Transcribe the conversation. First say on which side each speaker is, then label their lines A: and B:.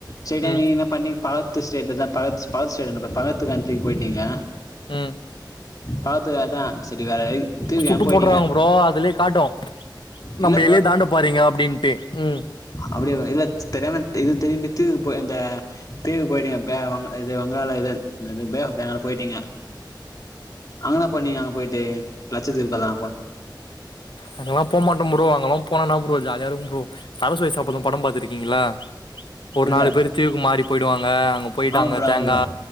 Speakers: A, on the left; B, on the left.
A: சைட்டா
B: ம்
A: நீங்க என்ன பண்ணிங் பக்கத்து ஸ்டேட்தா பக்கத்த பக்கத்து ஸ்டேட் பக்கத்து கண்ட்ரிக்கு போயிட்டீங்க
B: ம்
A: பக்கத்து அதா செரி வேற தீவுக்கு
B: ஃபுட்டு
A: ஏன் போயிட்டீங்க
B: போட்றாங்க ப்ரோ அதுலயே காட்டு நம்ம
A: இல்ல
B: எல்லைய தாண்ட போறிங்க அப்டின்ட்டு ம்
A: அப்டியா இல்ல தெரியாம இது திரும்பித்து இந்த போயி இருந்த தீவுக்கு போயிட்டீங்க இது வங்காள இது பேஆஃப் வங்காள போயிட்டீங்க அங்கன பண்ணிங்க அங்க போயிட்டு லட்சத்திவுகல்லா
B: அங்கல்லா போமாட்டோ ப்ரோ அங்கெல்லா போன்னா என்ன ப்ரோ ஜாலியா இருக்கு ப்ரோ சரஸ்வதி சபதம் படம் பாத்திருக்கீங்களா ஒரு
A: புரியல
B: நாலு பேர் தீவுக்கு மாறி போயிடுவாங்க அங்க போயிட்டு
A: ஆமா
B: அங்க
A: ப்ரோ
B: தேங்கா
A: ஆமா ப்ரோ